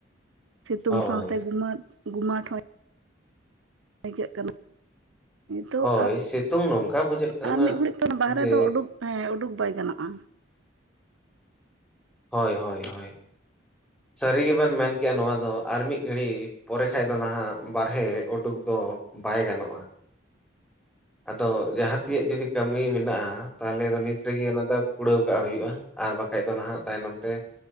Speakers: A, on the right (about 85°); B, in the centre.
A: ᱥᱤᱛᱩᱝ
B: ᱦᱳᱭ
A: ᱥᱟᱶᱛᱮ ᱜᱩᱢᱟᱹᱴ ᱜᱩᱢᱟᱴ ᱦᱚᱭ ᱟᱹᱭᱠᱟᱹᱜ ᱠᱟᱱᱟ ᱱᱤᱛᱳᱜ
B: ᱦᱳᱭ ᱥᱤᱛᱩᱝ ᱱᱚᱝᱠᱟ ᱵᱩᱡᱷᱟᱹᱜ ᱠᱟᱱᱟ
A: ᱟᱨ ᱢᱤᱫ ᱜᱷᱟᱹᱲᱤᱡ ᱠᱷᱚᱱ ᱵᱟᱦᱨᱮ
B: ᱡᱮ
A: ᱫᱚ ᱩᱰᱩᱠ ᱦᱚ ᱩᱰᱩᱠ ᱵᱟᱭ ᱜᱟᱱᱚᱜᱼᱟ᱾
B: <inaudible> ᱦᱳᱭ ᱦᱳᱭ ᱦᱳᱭ ᱥᱟᱹᱨᱤ ᱜᱮᱵᱮᱱ ᱢᱮᱱ ᱠᱮᱜᱼᱟ ᱱᱚᱣᱟ ᱫᱚ ᱟᱨ ᱢᱤᱫ ᱜᱷᱟᱹᱲᱤ ᱯᱚᱨᱮ ᱠᱷᱟᱱ ᱫᱚ ᱱᱟᱦᱟᱜ ᱵᱟᱨᱦᱮ ᱩᱰᱩᱠ ᱫᱚ ᱵᱟᱭ ᱜᱟᱱᱚᱜᱼᱟ᱾ ᱟᱫᱚ ᱡᱟᱦᱟᱸ ᱛᱤᱭᱟᱜ ᱡᱩᱫᱤ ᱠᱟᱹᱢᱤ ᱢᱮᱱᱟᱜᱼᱟ ᱛᱟᱦᱚᱞᱮ ᱱᱤᱛ ᱨᱮᱜᱮ ᱚᱱᱟ ᱫᱚ ᱠᱩᱲᱟᱹᱣ ᱠᱟᱜ ᱦᱩᱭᱩᱜᱼᱟ ᱟᱨ ᱵᱟᱠᱷᱟᱡ ᱫᱚ ᱱᱟᱦᱟᱜ ᱛᱟᱭᱱᱚᱢ ᱛᱮ